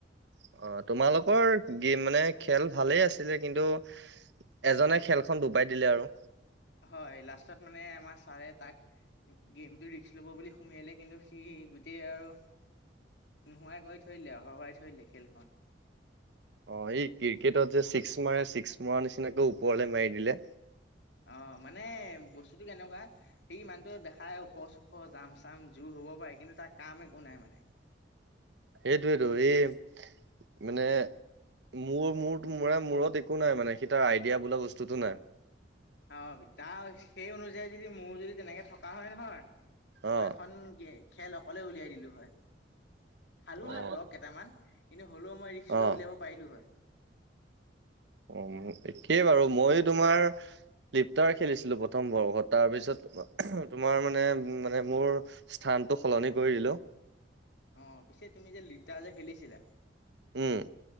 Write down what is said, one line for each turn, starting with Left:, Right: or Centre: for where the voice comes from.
Right: অ', তোমালোকৰ গে মানে খেল ভালেই আছিলে কিন্তু এজনে খেলখন ডুবাই দিলে আৰু।
Left: হয় লাষ্টত মানে আমাৰ ছাৰে তাক গেমতটো ৰিস্ক ল'ব বুলি সোমিয়ালে কিন্তু সি গোটেই আৰু নোহোৱাই কৰি থৈ দিলে হোৰুৱাই থৈ দিলে খেলখন।
Right: অ', এই ক্ৰিকেটত যে ছিক্স মাৰে ছিক্স মৰাৰ নিচিনাকে ওপৰলে মাৰি দিলে।
Left: অ', মানে বস্তুটো কেনেকুৱা। সেই মানুহটোে দেখাই ওখ চোখ জাম চাম জোৰ হ'ব পাৰে কিন্তু তাৰ কাম একো নাই মানে।
Right: সেইটোয়েইেটো এই মানে মোৰ মোৰ ম মূৰত একো নাই মানে সি তাৰ আইডিয়া বোলা বস্তুতটো নাই।
Left: অ', তাৰ সেই অনুযায়ী যদি মোৰ যদি তেনেকে থকা হয়, নহয়। মই
Right: অ
Left: এখন খেল অকলে উলিয়াই দিলো হয়। খালো
Right: অ
Left: হয়, ব্লক কেইটামান কিন্তু হ'লেও মই ৰিক্স লৈ
Right: অ
Left: উলিয়াব পাৰিলো হয়।
Right: উম, একেইে বাৰু মই তোমাৰ লিপটাৰ খেলিছিলো প্ৰথম বৰ্ষত। তাৰ পিছত তোমাৰ মানে মানে মোৰ স্থানটো সলনি কৰি দিলো।
Left: অ', পিছে তুমি যে লিপতাৰ যে, খেলিছিলা।
Right: উম।